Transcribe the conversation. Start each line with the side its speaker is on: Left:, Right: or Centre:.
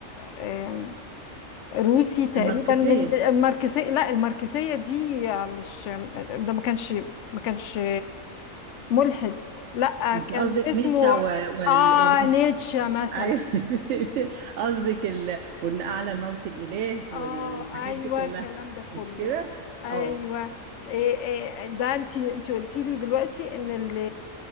Left: آم، روسي تقريبا
Right: الماركسية
Left: من الماركسية لا الماركسية دي مش ده ما كانش ما كانش ملحد لا
Right: أنت
Left: كان
Right: قصدك
Left: اسمه
Right: نيتشه و... والإله
Left: اه نيتشه مثلا
Right: أيوه <laughs> قصدك ال... وإن أعلى الموت الإله والحاجات
Left: اه ايوه
Right: دي كلها
Left: الكلام ده كله
Right: مش كده؟
Left: ايوه
Right: أه
Left: إيه إيه ده انت انت قلتي لي دلوقتي ان اللي